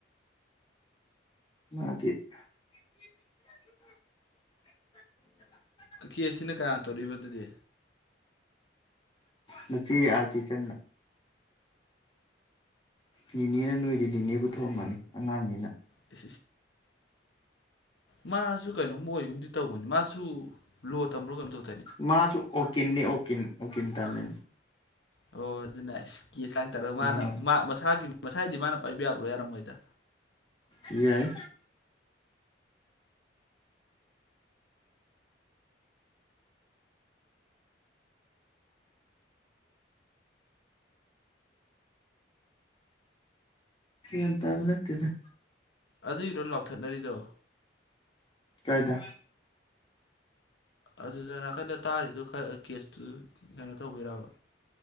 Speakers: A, on the left; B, on the left.
A: ꯃꯥꯗꯤ <unintelligible> <inaudible>
B: ꯀꯀꯤ ꯑꯁꯤꯅ ꯀꯅꯥ ꯇꯧꯔꯛꯏꯕꯗꯨꯗꯤ
A: ꯃꯆꯦ ꯑꯥꯔ ꯀꯦꯆꯟꯅ ꯅꯤꯅꯦꯅ ꯅꯣꯏꯗꯤ ꯅꯅꯦꯕꯨ ꯊꯣꯝꯃꯅꯤ ꯑꯉꯥꯡꯅꯤꯅ
B: ꯅꯤ <inaudible> ꯃꯥꯁꯨ ꯀꯩꯅꯣꯝꯃ ꯑꯣꯏꯒꯨꯝꯗꯤ ꯇꯧꯕꯅꯤ ꯃꯥꯁꯨ ꯂꯣ ꯊꯝꯕ꯭ꯔꯣ ꯀꯝ ꯇꯧ
A: ꯃꯥꯁꯨ ꯑꯣꯀꯤꯅꯤ ꯑꯣ ꯑꯣ ꯀꯟ ꯇ ꯃ
B: ꯑꯣ ꯑꯗꯨꯅꯥ ꯀꯦꯁ ꯂꯥꯡ ꯇꯔꯒ ꯃꯥꯅ
A: ꯃꯥꯁꯨ
B: ꯃꯁꯥꯒꯤ ꯃꯁꯥꯗꯤ ꯃꯥꯅ ꯄꯥꯏꯕ ꯌꯥꯕ꯭ꯔꯣ ꯌꯥꯔꯝꯃꯣꯏꯗ
A: ꯌꯥꯏ ꯁꯤ ꯇ ꯅꯠꯇꯗ
B: ꯑꯗꯨꯏꯔꯣ ꯂꯥꯎꯊꯠꯅꯔꯤꯗꯣ
A: ꯀꯥꯏꯗ
B: ꯑꯗꯨꯗ ꯅꯥꯀꯟꯗ ꯇꯥꯔꯤꯗꯨꯣ ꯈꯔ ꯀꯦꯁꯇꯨ ꯀꯩꯅꯣ ꯇꯧꯕꯤꯔꯕ